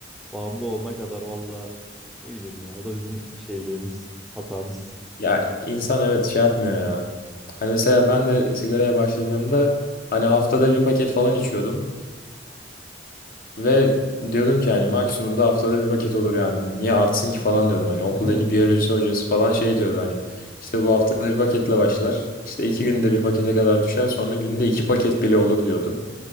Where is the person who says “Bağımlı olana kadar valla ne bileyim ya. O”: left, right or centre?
Centre